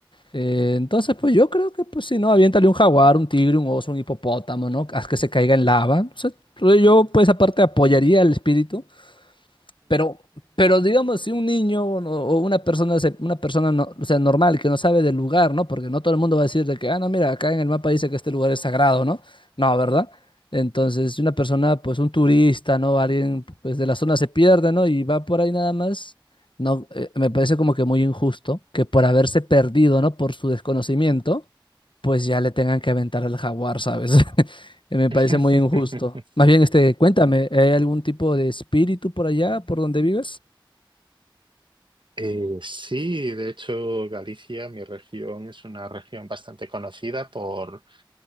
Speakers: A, on the left; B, on the right.
A: eh, entonces, pues yo creo que, pues si no, aviéntale un jaguar, un tigre, un oso, un hipopótamo, ¿no? Haz que se caiga en lava. O sea, yo, pues aparte, apoyaría al espíritu pero, pero digamos, si un niño o no- o una persona, se- una persona no, o sea, normal que no sabe del lugar, ¿no? Porque no todo el mundo va a decir de que, ah, no, mira, acá en el mapa dice que este lugar es sagrado, ¿no? No, ¿verdad? Entonces, si una persona, pues un turista, ¿no? Alguien, pues de la zona se pierde, ¿no? Y va por ahí nada más, no, eh, me parece como que muy injusto que por haberse perdido, ¿no? Por su desconocimiento, pues ya le tengan que aventar al jaguar, ¿sabes? <laughs> Eh, Me parece
B: <laughs>
A: muy injusto. Más bien, este, cuéntame, ¿hay algún tipo de espíritu por allá, por donde vives?
B: Eh, sí, de hecho, Galicia, mi región, es una región bastante conocida por,